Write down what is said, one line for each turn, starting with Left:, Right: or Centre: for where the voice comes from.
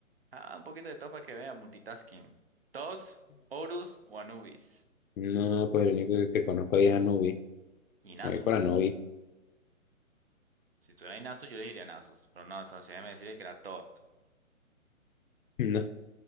Right: ah, un poquito de todo para que vea, multitasking. Tot, Horus o Anubis.
Left: No, pues el único que, que conozco ahí es Anubi.
Right: Y Nasus.
Left: Voy por Anubi. <laughs>
Right: Si estuviera Nasus, yo le diría Nasus, pero no, socio, déjeme decirle que era Tot.
Left: No,